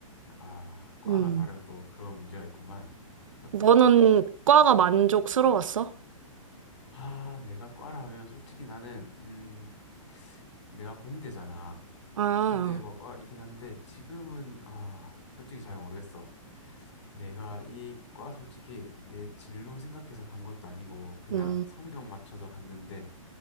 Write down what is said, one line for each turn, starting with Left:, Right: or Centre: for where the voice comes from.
Left: 아, 과가
Right: 음.
Left: 다르면 또 그런 문제가 있구만. 생각보다.
Right: 너는 과가 만족스러웠어?
Left: 아, 내가 과라 하면 솔직히 나는, 음, 내가 공대잖아.
Right: 아.
Left: 공대 뭐 과이긴 한데, 지금은, 아, 솔직히 잘 모르겠어. 내가 이 과 솔직히 내 진로 생각해서 간 것도 아니고, 그냥
Right: 음.
Left: 성적 맞춰서 갔는데,